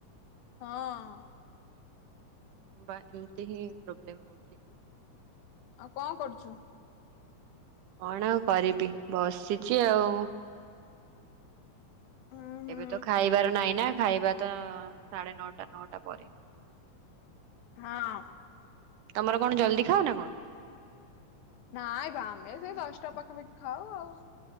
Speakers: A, on the left; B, on the right.
A: ହଁ
B: ହ ବା ଏମିତି ହିଁ ପ୍ରୋବ୍ଲେମ ହଉଛି।
A: ଆଉ କଣ କରୁଛୁ?
B: କଣ ଆଉ କରିବି ବସିଛି ଆଉ।
A: ଉୁଁ ହୁଁ
B: ଏବେ ତ ଖାଇବାର ନାହିଁ ନା ଖାଇବା ତ ସାଢେ ନଅଟା ନଅଟା ପରେ।
A: ହଁ
B: ତମର କଣ ଜଲଦି ଖାଅ ନା କଣ?
A: ନାଇଁ ବା ଆମେ ସେଇ ଦଶଟା ପାଖାପାଖି ଖାଉ ଆଉ।